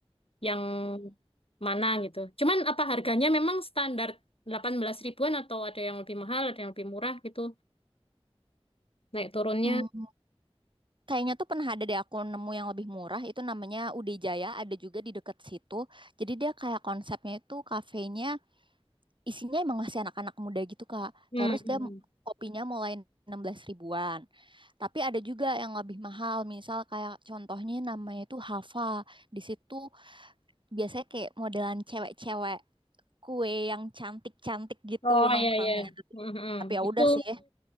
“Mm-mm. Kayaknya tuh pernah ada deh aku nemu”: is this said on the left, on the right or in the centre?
Right